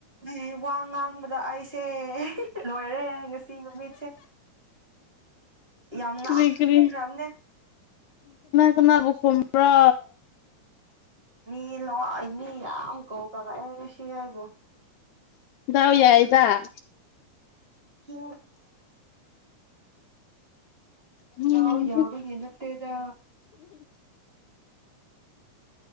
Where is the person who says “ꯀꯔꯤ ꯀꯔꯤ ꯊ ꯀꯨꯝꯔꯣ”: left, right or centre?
Left